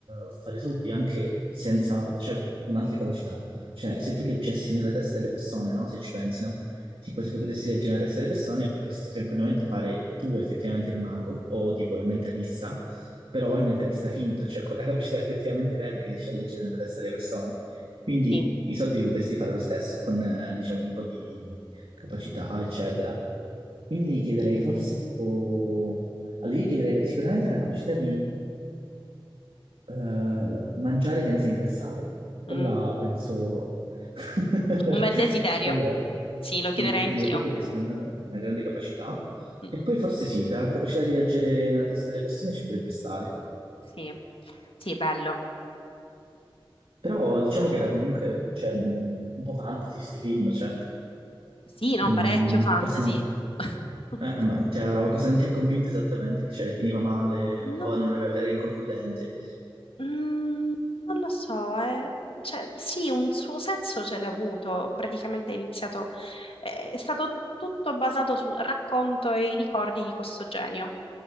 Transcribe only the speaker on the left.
Sì.
Mm.
Un bel desiderio.
Sì, lo
chiederei
anch'io.
Mm,
Sì, sì, bello.
Sì, no,
parecchio fantasy.
<laughs>
Non,
mm, non lo so, eh. Cioè, sì, un suo senso ce l'ha avuto. Praticamente è iniziato, eh, è stato tutto basato sul racconto e i ricordi di questo genio,